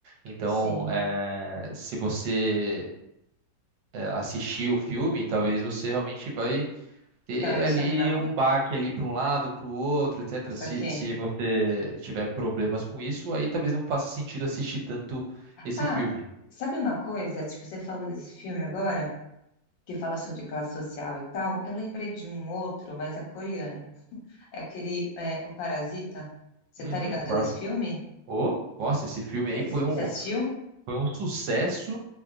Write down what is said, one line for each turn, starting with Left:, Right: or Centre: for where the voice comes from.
Right: Então,
Left: sim,
Right: eh, se você é, assistir o filme, talvez você realmente vai ter
Left: ficava emocionada.
Right: ali um baque ali para um lado, para o outro, etc.
Left: Saquei.
Right: Se, se você tiver problemas com isso, aí talvez não faça sentido assistir tanto esse
Left: Ah,
Right: filme.
Left: sabe uma coisa? Tipo, você falou desse filme agora, que fala sobre classe social e tal. Eu lembrei de um outro, mas é coreano. É aquele, é, O Parasita. Você
Right: Uhum.
Left: tá ligado
Right: Pró-
Left: desse filme?
Right: Ô, nossa, esse filme
Left: Você
Right: aí foi um,
Left: você assistiu?
Right: foi um sucesso